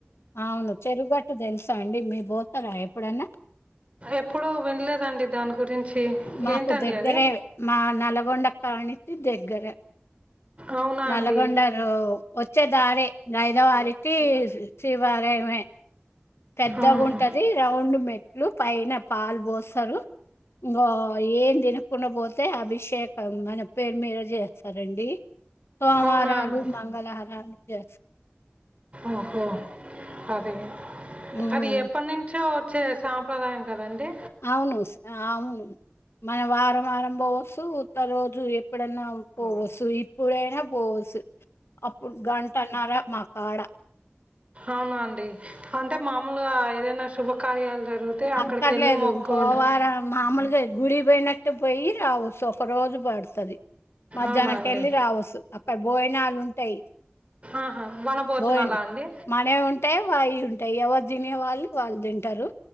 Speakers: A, on the left (about 85°); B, on the right (about 30°).
A: అవును చెరుగట్టు తెలుసా అండి మీరు పోత రా ప్పుడన్న
B: ఎప్పుడు వినలేదండి దాని గురించి
A: మాకు
B: ఏంటండి
A: దగ్గరే
B: అది
A: మా నల్గొండ కానించి దగ్గర
B: అవునా
A: నల్గొండరు
B: అండి
A: వచ్చే దారి ఐద వారి ఈ సీ బారేమ పెద్దగుంటది
B: ఆహా.
A: రౌండ్ మెట్లు పైన పాలు పోస్తారు ఇంగో ఏం తిన కున్న పోతే అభిషేకం మన పేరు మీర చేస్తారండి సోమారాలు
B: అవునా అండి
A: మంగళారాలు దేట్చు
B: ఓహో అదే
A: హ్మ్.
B: అది ఎప్ప నించో చ్చె సాంప్రదాయం కదండి
A: అవును అవును మనం వారం వారం పోవస్సు ఉత్త‌ రోజు ఎప్పుడన్నా పోవస్సు ఇప్పుడైనా పోవస్సు అప్పుడు గంటన్నర మాకాడ
B: అవునండి అంటే మామూలుగా ఏదైనా శుభకార్యాలు జరిగితే అక్కడికి
A: అక్కట్లేదు
B: వెళ్ళి మొక్కుకుంటా
A: పోవారం మామూలుగా గుడికి పొయినట్టే పొయ్యి రావస్సు ఒక రోజు పడుతది మధ్యాహ్నంకెళ్ళి
B: అవునా అండి
A: రావస్సు అక్కడ బోజనాల్ ఉం టయ్
B: ఆహా వనభోజనాలా
A: బోజనం
B: అండి
A: మనయ్ ఉంటయ్ వాయి ఉంటయ్ ఎవ తినే వాళ్ళు వాళ్ళు దింటరు